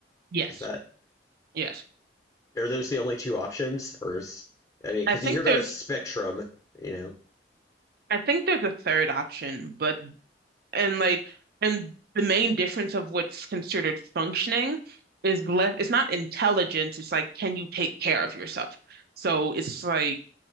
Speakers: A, on the right (about 60°); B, on the left (about 20°).
A: Yes.
B: Is that
A: Yes.
B: are those the only two options, or is I mean,
A: I
B: because
A: think
B: you hear about
A: there's
B: a spectrum, you know?
A: I think there's a third option, but and like and the main difference of what's considered functioning is less it's not intelligence, it's like can you take care of yourself? So it's like